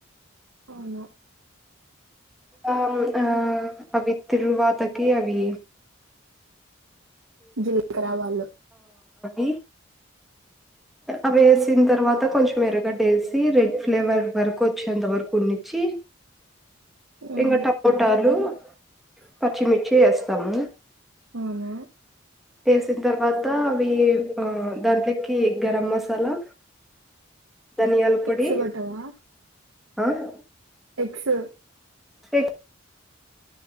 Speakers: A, on the right; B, in the centre.
A: అవును
B: ఆ ఆ అవి తిరుగమతకి అవి
A: జిల్ కర్ర ఆవాళ్ళు
B: ఈ అవేస్ వేసిన తర్వాత కొంచెం ఎరగడ్డ వేసి రెడ్ ఫ్లేవర్ వరకు వచ్చేంత వరకు ఉన్నించి
A: హ్మ్
B: ఇంకా టమోటాలు పచ్చిమిర్చి వేస్తాము
A: అవునా
B: వేసిన తర్వాత అవి ఆ దాంట్లో కి ఈ గరం మసాలా ధనియాల పొడి
A: ఎగ్స్ కొట్టవా
B: ఆహ్
A: ఎగ్స్.
B: ఎప్